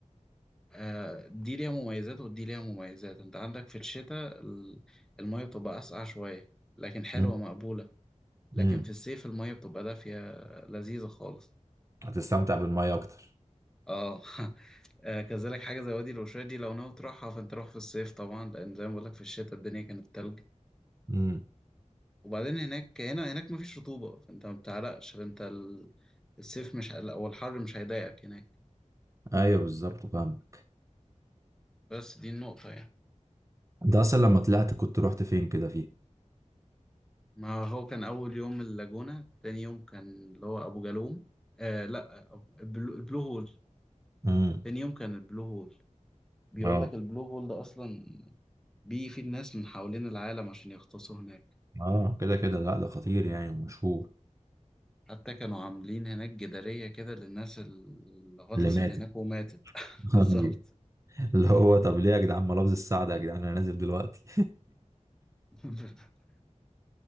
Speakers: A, in the centre; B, on the right (about 25°).
A: آه، دي ليها مميزات ودي ليها مميزات انت عندك في الشتاء ال- المية بتبقى أسقع شوية لكن حلوة
B: مم.
A: مقبولة لكن
B: مم.
A: في الصيف المية بتبقى دافية لذيذة خالص
B: هتستمتع بالمية اكتر
A: اه <laughs> آه، كذلك حاجة زي وادي الوشاش دي لو ناوي تروحها فانت روح في الصيف طبعا لأن زي ما بقولك في الشتاء الدنيا كانت تلج
B: مم.
A: وبعدين هناك هنا هناك مفيش رطوبة فانت ما بتعرقش فانت ال- الصيف مش أو الحر مش هيضايقك هناك
B: ايوه بالظبط فاهمك
A: بس دي النقطة يعني
B: انت اصلا لما طلعت كنت رحت فين كده فيه
A: ما هو كان أول يوم اللاجونة تاني يوم كان اللي هو أبو جالوم آه لأ أبو- البلو, البلو هول
B: امم
A: تاني يوم كان البلو هول بيقول
B: اه
A: لك البلو هول ده أصلا بيجي فيه الناس من حوالين العالم عشان يغطسوا هناك
B: اه كده كده لا ده خطير يعني ومشهور
A: حتى كانوا عاملين هناك جدارية كده للناس اللي غطست
B: اللي مات
A: هناك
B: <laughs>
A: وماتت <laughs> بالظبط
B: أيوة. اللي هو طب ليه يا جدعان ما لفظ السعد يا جدعان انا نازل دلوقتي
A: <laughs>